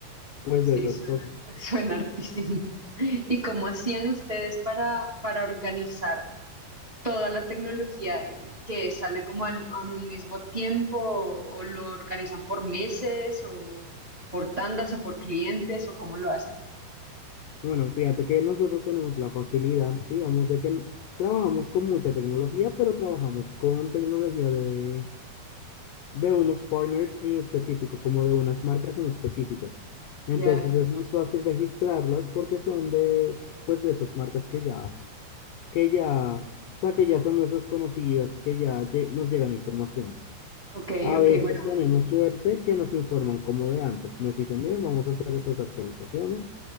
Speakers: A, on the left (about 85°); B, on the right (about 50°).
A: pues
B: sí,
A: de esas
B: suena,
A: cosas.
B: <laughs> suena hartísimo. ¿Y cómo hacían ustedes para, para organizar? toda la tecnología y- que sale como en, en un mismo tiempo o, o lo organizan por meses o por tandas o por clientes o cómo lo hacen.
A: Bueno, fíjate que nosotros tenemos la facilidad, digamos, de que n- trabajamos con mucha tecnología, pero trabajamos con tecnología de, de unos partners en específico, como de unas marcas en específico. Entonces
B: Ya,
A: es más fácil registrarlas porque son de, pues de esas marcas que ya, que ya, o sea, que ya son nuestras conocidas y que ya lle- nos llegan información.
B: ok,
A: A
B: ok,
A: veces
B: bueno,
A: tenemos
B: buenísimo.
A: suerte que nos informan como de antes. Nos dicen, miren, vamos a hacer esas actualizaciones